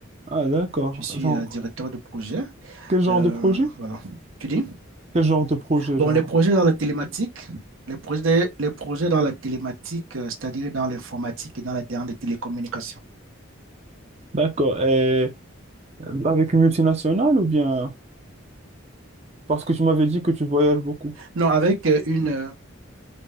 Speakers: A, on the right; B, on the right.
A: Ah d'accord,
B: Je suis
A: genre,
B: euh, directeur de projet.
A: quel genre
B: Euh,
A: de projet?
B: voilà, tu dis.
A: Quel genre de projet,
B: Bon,
A: genre?
B: les projets dans la télématique, les projets, les projets dans la télématique, euh, c'est-à-dire dans l'informatique et dans la, dans les télécommunications.
A: D'accord, et euh, avec une multinationale ou bien... Parce que tu m'avais dit que tu voyages beaucoup.
B: Non, avec euh, une, euh,